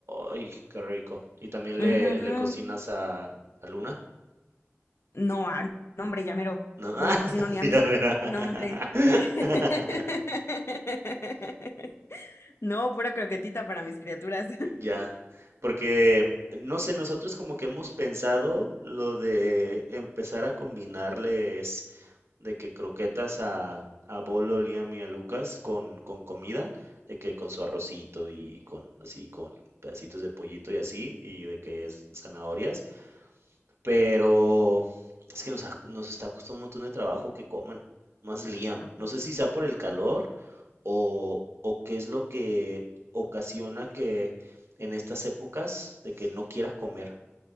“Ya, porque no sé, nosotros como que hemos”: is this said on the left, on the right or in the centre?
Right